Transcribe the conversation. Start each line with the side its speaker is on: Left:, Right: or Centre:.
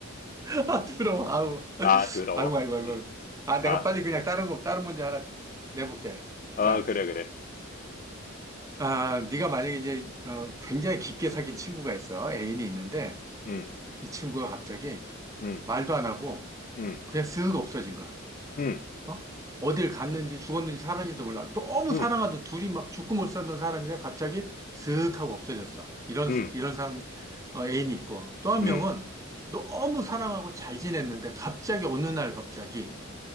Right: <laughs> 부러워, 아우.
Left: 아, 더러워.
Right: 아이고, 아이고, 아이고.
Left: 음,
Right: 아, 내가
Left: 아,
Right: 빨리 그냥 다른 거, 다른 문제 하나 내볼게.
Left: 어,
Right: 자,
Left: 그래, 그래.
Right: 아, 네가 만약에 이제 어, 굉장히 깊게 사귄 친구가 있어. 애인이 있는데
Left: 음,
Right: 이 친구가 갑자기
Left: 음,
Right: 말도 안 하고
Left: 음,
Right: 그냥 쓱 없어진 거야.
Left: 음,
Right: 어? 어딜 갔는지 죽었는지 살았는지도 몰라. 너무
Left: 음,
Right: 사랑하던 둘이 막 죽고 못 살던 사람이 갑자기 슥 하고 없어졌어. 이런,
Left: 음,
Right: 이런 상, 어, 애인이 있고. 또 한
Left: 음.
Right: 명은 너무 사랑하고 잘 지냈는데 갑자기 어느 날 갑자기